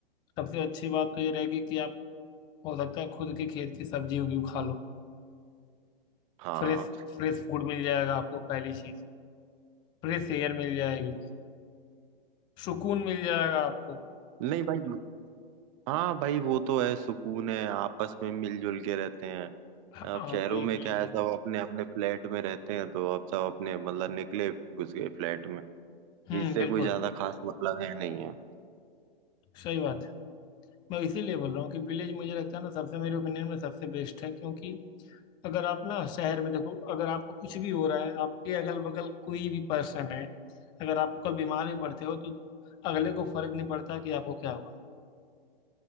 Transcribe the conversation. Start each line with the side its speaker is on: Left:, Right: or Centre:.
Left: सबसे अच्छी बात तो ये रहेगी कि आप हो सकता है खुद के खेत की सब्जी उगी हुई खा लो
Right: हाँ
Left: फ्रेश फ्रेश फूड मिल जाएगा आपको पहली चीज फ्रेश एयर मिल जाएगी सुकून मिल जाएगा आपको
Right: नहीं भाई हाँ भाई वो तो है सुकून है आपस में मिलजुल के रहते हैं
Left: हाँ
Right: अब शहरों
Left: वही
Right: में
Left: वही
Right: क्या
Left: वही
Right: है सब अपने अपने फ्लैट में रहते हैं तो अब सब अपने मतलब निकले घुस गए फ्लैट में किसी
Left: हम्म
Right: से
Left: बिल्कुल
Right: कोई ज्यादा खास मतलब है नहीं है
Left: सही बात है मैं इसीलिए बोल रहा हूँ कि विलेज मुझे लगता है ना सबसे मेरे ओपिनियन में सबसे बेस्ट है क्योंकि अगर आप ना शहर में देखो अगर आपको कुछ भी हो रहा है आपके अगल बगल कोई भी पर्सन है अगर आपको कल बीमार भी पड़ते हो तो अगले को फर्क नहीं पड़ता कि आपको क्या हुआ है।